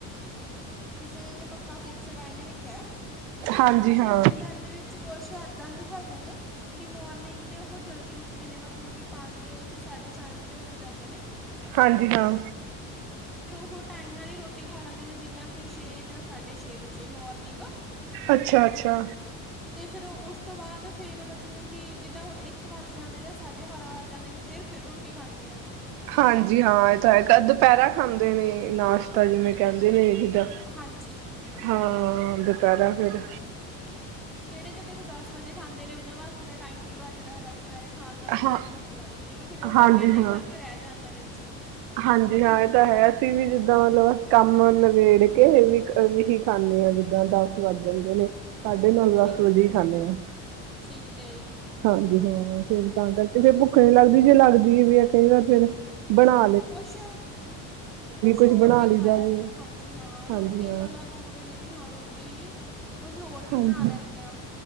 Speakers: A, in the centre; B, on the right.
A: ਕਿਸੇ ਨੇ ਤੇ ਪੱਕਾ ਫਿਕਸ ਟਾਈਮ ਈ ਰਖਆ ਹੈ। ਸਾਡੇ
B: ਹਾਂਜੀ
A: ਨਾ
B: ਹਾਂ,
A: ਰਿਸ਼ਤੇਦਾਰੀ ਦੇ ਵੇਚ ਕੋਛ ਏਦਾਂ ਦੇ ਹੈਗੇ ਨੇ, ਕਿ ਮੋਰਨਿੰਗ ਤੇ ਓ ਜਲਦੀ ਉਠਦੇ ਨੇ ਮਤਲਬ ਕਿ ਪੰਜ, ਜਾਂ ਸਾਢੇ ਚਾਰ ਵਜੇ ਉਠ ਜਾਂਦੇ ਨੇ
B: ਹਾਂਜੀ ਹਾਂ
A: ਓ ਟਾਈਮ ਨਾਲ ਈ ਰੋਟੀ ਖਾ ਲੈਂਦੇ ਨੇ ਜਿਦਾਂ ਕਿ ਛੇ ਜਾਂ ਸਾਢੇ ਛੇ ਵਜੇ ਮੋਰਨਿੰਗ
B: ਅੱਛਾ, ਅੱਛਾ
A: ਤੇ ਫਿਰ ਉਸ ਤੋ ਬਾਦ ਫੇਰ ਮਤਲਬ ਕਿ ਜਿਦਾਂ ਇਕ ਵਜ ਜਾਂਦਾ, ਜਾਂ ਸਾਢੇ ਬਾਰਾਂ ਵਜ ਜਾਂਦੇ ਫੇਰ, ਫੇਰ ਰੋਟੀ ਖਾਂਦੇ ਆ
B: ਹਾਂਜੀ ਹਾਂ ਏਹ ਤਾ‌ਹੈਗਾ ਦੁਪੈਰਾ ਖਾਂਦੇ ਨੇ ਨਾਸ਼ਤਾ ਜਿਵੇਂ ਕੈਂਦੇ ਨੇ
A: ਹਾਂਜੀ
B: ਹਾਂ ਦੁਪੈਰਾ ਫੇਰ
A: ਜਿਹੜੇ ਤੇ ਦੇਖੋ ਦਾਸ ਵਜੇ ਖਾਂਦੇ ਨੇ ਉਨਾ ਵਾਸ <inaudible> ਟਾਈਮ ਨੀ ਬਚਦਾ ਹੈਗਾ ਦੁਪੈਰੇ ਖਾਨ ਦਾ ਤੇ ਨਾ
B: ਹਾਂ,
A: ਹੀ ਭੁੱਖ ਲਾਗਦੀ ਹੈ ਕਿਉਂਕਿ ਦੋ ਘੰਟਿਆਂ
B: ਹਾਂਜੀ
A: ਦਾ ਹੀ
B: ਹਾਂ।
A: ਫ਼ਰਕ ਰਹਿ ਜਾਂਦਾ ਵਿੱਚ
B: ਹਾਂਜੀ ਹਾਂ ਏਹ ਤਾ ਹੈ ਅਸੀ ਵੀ ਜਿਦਾਂ ਮਲਬ ਕੰਮ ਨਬੇੜ ਕੇ ਵੀ ਖਾਨੇ ਆ, ਜਿਦਾਂ ਦਾਸ ਵਜ ਜਾਂਦੇ ਨੇ ਸਾਢੇ ਨੌ
A: ਠੀਕ
B: ਦਾਸ ਵਜੇ ਈ ਖਾਂਨੇ ਆ।
A: ਠੀਕ ਹੈ ਜੀ
B: ਹਾਂਜੀ ਹਾਂ ਫੇਰ ਤਾਂ ਕਰਕੇ, ਫੇਰ ਭੁੱਖ ਨੀ ਲਾਗਦੀ ਜੇ ਲਾਗਦੀ ਵੀ ਐ ਕਈ ਵਾਰ ਫੇਰ ਬਨਾ
A: ਕੁਛ-ਕੁਛ ਹੋਰ
B: ਕੁਛ ਬਣਾ
A: ਵੀ
B: ਲਈਦਾ
A: ਖਾਏਆ
B: ਜਿਵੇਂ
A: ਜਾ ਹਾਂਜੀ ਹਾਂ
B: ਹਾਂਜੀ
A: ਰੋਟੀ
B: ਹਾਂ
A: ਕਲਾ ਜ਼ਰੂਰੀ ਨੀ ਵੀ ਹਾਂ ਰੋਟੀ ਕੁਛ ਹੋਰ ਵੀ
B: ਹਾਂਜੀ,
A: ਬਣਾ ਲੈਂਦੇ ਆ